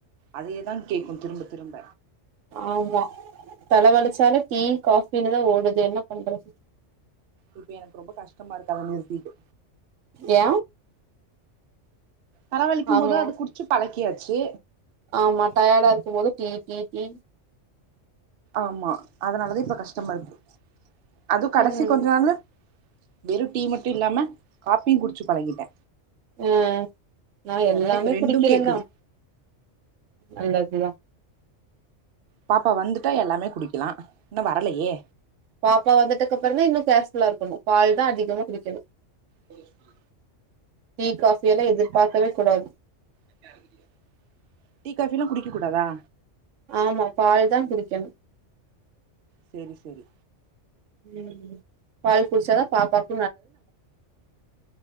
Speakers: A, on the right; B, on the right.
A: அதே தான் கேக்கு திரும்ப திரும்ப
B: ஆமா தல வலிச்சாலே டீ காஃபினுதா ஓடுது என்ன பண்றது
A: இப்ப எனக்கு ரொம்ப கஷ்டமா இருக்கு அத நிறுத்திட்டு
B: ஏ
A: தரவலிக்கும்
B: ஆமா
A: போது அத குடிச்சு பழக்கியாச்சி
B: ஆமா டயடாருக்கும் போது டீ டீ டீ
A: ஆமா அதனாலதா இப்ப கஷ்டமாருக்கு அது கடைசி
B: ம்
A: கொஞ்ச நாள்ல வெறு டீ மட்டு இல்லாம காப்பியு குடிச்சு பழகிட்டே
B: ம் நா எல்லாமே
A: அதனால இப்ப ரெண்டு
B: குடிக்கிறந்தா
A: கேக்குது
B: நல்லதுதா
A: பாப்பா வந்துட்டா எல்லாமே குடிக்கலா இன்னு வரலையே
B: பாப்பா வந்துட்டக்கப்பறந்தா இன்னு கேர்ஃபுல்லா இருக்கணு பால்தா அதிகமா குடிக்கணு
A: தெரியுமா
B: டீ காஃபி எல்லா எதிர்பார்க்கவே கூடாது
A: <inaudible> டீ காஃபி எல்லா குடிக்கக்கூடாதா
B: ஆமா பால்தா குடிக்கணு
A: செரி செரி
B: ம் பால் குடிச்சாதா பாப்பாக்